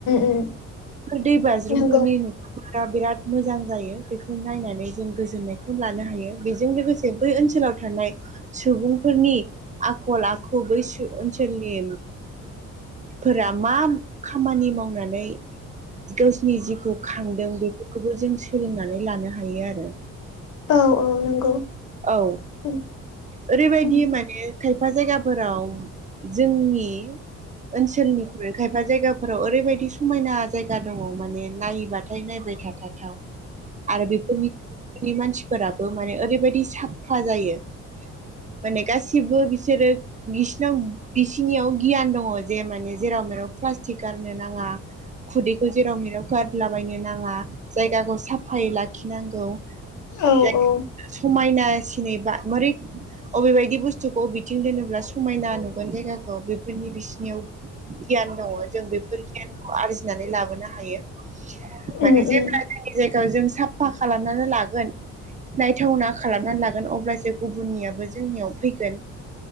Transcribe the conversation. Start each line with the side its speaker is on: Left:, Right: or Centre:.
Left: उम
Right: दै बाज्रुमफोरनि
Left: नंगौ
Right: नु बारा बिराद मोजां जायो बेखौ नायनानै जों गोजोननायखौ लानो हायो बेजों लोगोसे बै ओनसोलाव थानाय सुबुंफोरनि आखल आखु बै ओनसोलनि फोरा मा खामानि मावनानै गावसिनि जिउखौ खांदों बेफोरखौबो जों सोलोंनानै लानो हायो आरो
Left: औ औ नंगौ
Right: औ
Left: उम
Right: ओरैबायदि
Left: उम
Right: माने खायफा जायगाफोराव जोंनि ओनसोलनिख्रुइ खायफा जायगाफोराव ओरैबायदि समायना जायगा दङ माने नायोबा नायबाय थाथावथाव
Left: <unintelligible>
Right: आरो बेफोरनिफोरनि मानसिफोराबो माने ओरैबायदि साफा जायो माने गासिबो बिसोरो बिसिनाव बिसिनियाव गियान दङ जे माने जेराव मेराव प्लास्टिक गारनो नाङा खुदैखौ जेराव मेराव गारलाबायनो नाङा जायगाखौ साफायै लाखिनांगौ
Left: औ
Right: जायख
Left: औ
Right: समायना सिनिबा मोरै अबे बायदि बुस्थुखौ बबेथिं दोनोब्ला समायना नुगोन जायगाखौ बेफोरनि बिसिनियाव गियान दङ जों बेफोर गियानखौ आरजिनानै लाबोनो हायो माने
Left: उम
Right: जेब्ला
Left: उम
Right: जोंनि जायगायाव जों साफा खालामनानै लागोन नायथावना खालामनानै लागोन अब्लासो गुबुननियाबो जोंनियाव फैगोन